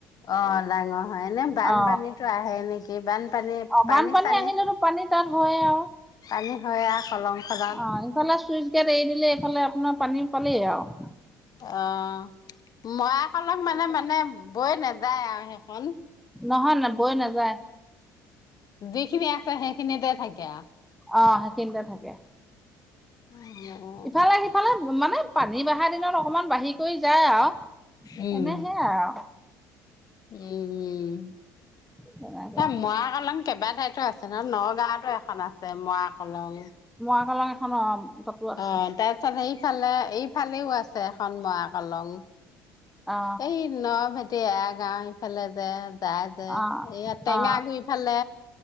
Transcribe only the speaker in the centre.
অ
অ
বানপানী আহিলেতো পানী তাত হয় আৰু
অ' ইফালে চুইছ গেট এৰি দি- লে এইফালে আপোনাৰ পানী পালেই আৰু।
নহয়, বৈ নাযায়।
অ সেইখিনতে থাকে।
ইফালে-সিফালে মানে, পানী বাঢ়াৰ দিনত অকনমান বাঢ়ি- কৰি যায় আৰু।
এনে সেয়াই আৰু
তেনেকুৱা
মৰা কলং এখন অ তাতো আছে
অ
অ
অ